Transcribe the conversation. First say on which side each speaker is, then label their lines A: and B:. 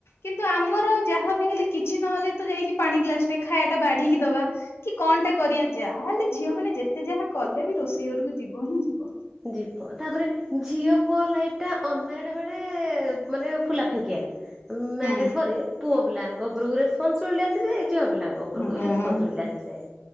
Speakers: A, on the left (about 70°); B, in the centre.
A: କିନ୍ତୁ ଆମର ଯାହା କିଛି ନହେଲେ ତ ଯାଇକି ପାଣି ଗ୍ଲାସ ଟେ ଖାଇବା ଟା ବାଢିକି ଦବା। କି କଣ ଟା କରିବା ଯାହା ହେଲେ ଝିଅ ମାନେ ଯେତେ ଯାହା କଲେ ବି ରୋଷେଇ ଘରକୁ ଯିବ ହିଁ ଯିବ।
B: ଯ ପ ତାପରେ ଝିଅ ପୁଅ ଲାଇଫ ଟା ଅନମଡ ବେଳେ ମାନେ ଫୁଲା ଫାଙ୍କିଆ। ମ୍ୟାରିଡ
A: ହୁଁ
B: ପରେ ପୁଅ ପିଲାଙ୍କ ଉପରକୁ ରେପନସିବିଲିଟି ଆସିଯାଏ କିିବା ପିଲାଙ୍କ ଉପରକୁ
A: ହୁଁ
B: ବି ରେପନ୍ସିବିଲି ଆସିଯାଏ।